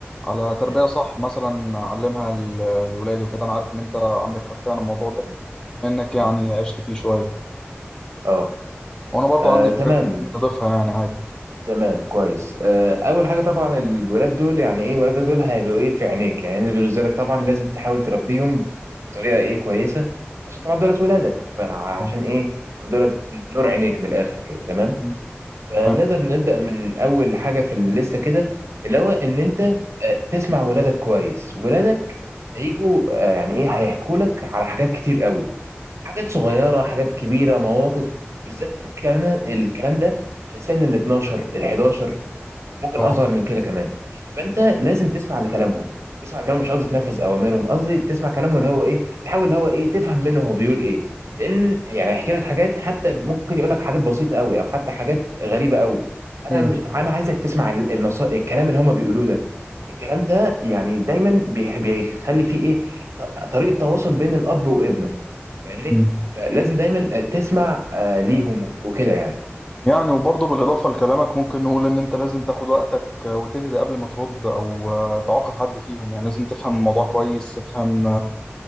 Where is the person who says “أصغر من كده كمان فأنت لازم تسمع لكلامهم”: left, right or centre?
Right